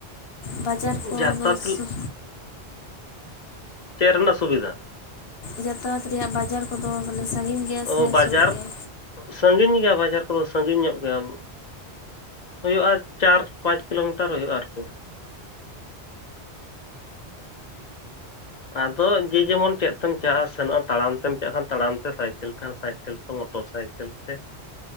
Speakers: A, on the left; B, on the left.
A: ᱵᱟᱡᱟᱨ ᱠᱚ
B: ᱡᱟᱛᱟᱛ
A: ᱫᱚ ᱥᱩᱨ
B: ᱪᱮ ᱨᱮᱱᱟᱜ ᱥᱩᱵᱤᱫᱷᱟ?
A: ᱡᱟᱛᱟᱭᱟᱛ ᱨᱮᱭᱟᱜ ᱵᱟᱡᱟᱨ ᱠᱚᱫᱚ ᱢᱟᱱᱮ ᱥᱟᱺᱜᱤᱧ ᱜᱮᱭᱟ ᱥᱮ
B: ᱚ ᱵᱟᱡᱟᱨ,
A: ᱥᱩᱨ ᱜᱮᱭᱟ
B: ᱥᱟᱟᱹᱜᱤᱧ ᱜᱮᱭᱟ ᱵᱟᱡᱟᱨ ᱠᱚᱫᱚ ᱥᱟᱟᱹᱜᱤᱧ ᱧᱚᱜ ᱜᱮᱭᱟ, ᱩᱸᱜ᱾ ᱦᱳᱭᱳᱜ-ᱟ ᱪᱟᱨ ᱯᱟᱸᱪ ᱠᱤᱞᱳᱢᱤᱴᱟᱨ ᱦᱳᱭᱳᱜ-ᱟ ᱟᱨᱠᱤ᱾ ᱟᱫᱚ ᱡᱮ ᱡᱮᱢᱚᱱ ᱪᱮᱫ ᱛᱮᱢ ᱪᱟᱜ-ᱟ ᱥᱮᱱᱚᱜ-ᱟ ᱛᱟᱲᱟᱢ᱾ ᱛᱮᱢ ᱪᱟᱜ ᱠᱷᱟᱱ ᱛᱟᱲᱟᱢ ᱛᱮ ᱥᱟᱭᱠᱮᱞ ᱠᱷᱟᱱ ᱥᱟᱭᱠᱮᱞ ᱢᱚᱴᱚᱨ ᱥᱟᱭᱠᱮᱞ ᱛᱮ᱾